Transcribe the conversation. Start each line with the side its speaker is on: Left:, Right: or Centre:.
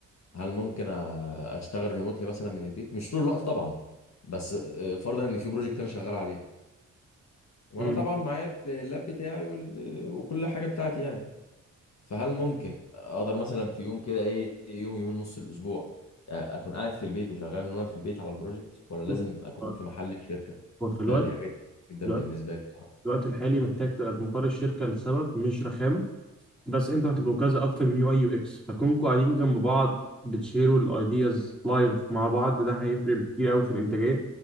Left: هل ممكن أ- اشتغل ريموتلي مثلا من البيت مش طول الوقت طبعا بس آه، فرضا ان في بروجكت انا شغال عليه وانا
Centre: مم،
Left: طبعا معايا اللاب بتاعي وال... وكل حاجه بتاعتي يعني فهل ممكن اقدر مثلا في يوم كده ايه يوم يومين نص الاسبوع آه، اكون قاعد في البيت وشغال من وانا في البيت على البروجكت ولا لازم
Centre: مم.
Left: اكون في محل الشركه
Centre: وفي
Left: ده
Centre: الوقت
Left: دي
Centre: في
Left: حاجه جدا
Centre: الوقت
Left: بالنسبه لي بصراحه
Centre: في الوقت الحالي محتاج تبقى في مقر الشركة لسبب مش رخامة بس انتوا هتبقوا كذا اكتر من يو اي يو اكس فكونكوا قاعدين جنب بعض بتشيروا الايدياز لايف مع بعض ده هيفرق كتير قوي في الانتاجية